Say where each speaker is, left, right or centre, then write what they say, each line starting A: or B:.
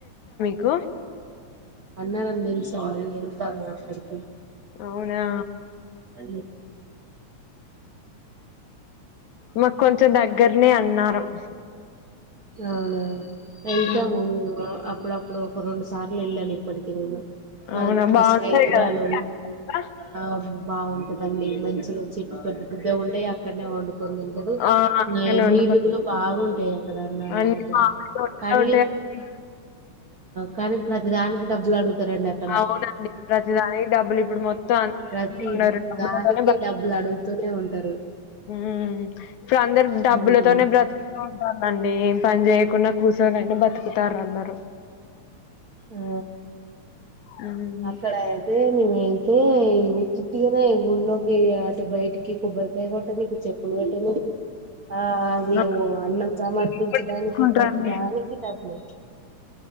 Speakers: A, on the left; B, on the right.
A: క్క
B: అన్నరం తెలుసా అండి వెళ్తాము అక్కడికి
A: అవునా
B: అ
A: మాకు కొంచెం దగ్గరనే అన్నారం
B: అవునా వెళ్తాము
A: హ్మ్.
B: మేము అప్పుడప్పుడు ఒక రెండు సార్లు వెళ్ళాను ఇప్పటికి నేను మా
A: అవునా
B: మా
A: బాగుంటది
B: స్నేహితురాలు
A: కదా
B: ఆ బాగుంటదండి మంచిగా చెట్టు పెద్ద పెద్దగా ఉంటే అక్కడనే వండు కొని తింటారు
A: ఆ అక్కడనే వండుకొని
B: నీళ్లు కూడా బాగుంటాయి అక్కడ అన్నరం
A: అన్ని
B: దగ్గర
A: మామిడి తోటలో
B: కానీ
A: ఉంటాయండి.
B: కానీ ప్ర డబ్బులు అడుగుతారండి అక్కడ
A: అవునండి ప్రతిదానికి డబ్బులు ఇప్పుడు మొత్తం అందరూ
B: ప్రతి
A: ఉన్నారు డబ్బులతోనే
B: దానికి డబ్బులు అడుగుతూనే ఉంటారు
A: ఉమ్ ఇప్పుడు అందరూ డబ్బులతోనే
B: ఉమ్
A: బ్రతుకు లండి ఏం పని చేయకుండా కూర్చొనిన్న బ్రతుకుతారు అందరూ
B: ఆ
A: హ్మ్
B: అక్కడ అయితే మేము ఉత్తిత్తిగానే గుడిలోకి ఆ బైటకి కొబ్బరికి కొట్టంనికి చెప్పులు పెట్టనికి ఆ అదేమో
A: ఆ!
B: అన్నం సమర్పించడానికి
A: ఇప్పుడు తీసుకుంటారండి
B: ప్రతిదానికి డబ్బే